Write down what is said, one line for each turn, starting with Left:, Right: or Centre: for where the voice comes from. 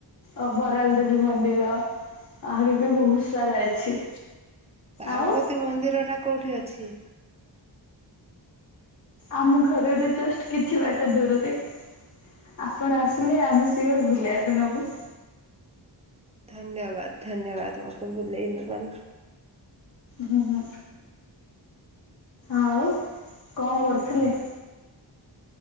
Left: ଅ ବରାଲ ଦେବୀ ମନ୍ଦିର ଆହୁରି ବି ବହୁତୁ ସାରା ଅଛି।
Right: ପାର୍ବତୀ
Left: ଆଉ
Right: ମନ୍ଦିର ଟା କୋଉଠି ଅଛି?
Left: ଆମ ଘରର ଜଷ୍ଟ କିଛି ବାଟ ଦୂରରେ। ଆପଣ ଆସିଲେ ଆମେ ସିଓର ବୁଲିବାକୁ ନବୁ।
Right: ଧନ୍ୟବାଦ ଧନ୍ୟବାଦ ମାକୁବୁଲେଇନବାରୁ।
Left: ହୁୁଁ ଆଉ କଣ କରୁଥିଲେ?